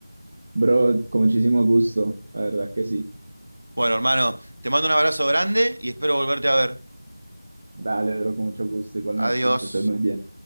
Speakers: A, on the right; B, on the right.
A: Bro, con muchísimo gusto. La verdad que sí.
B: Bueno, hermano, te mando un abrazo grande y espero volverte a ver.
A: Dale, bro, con mucho gusto, igualmente.
B: Adiós.
A: Que estés muy bien.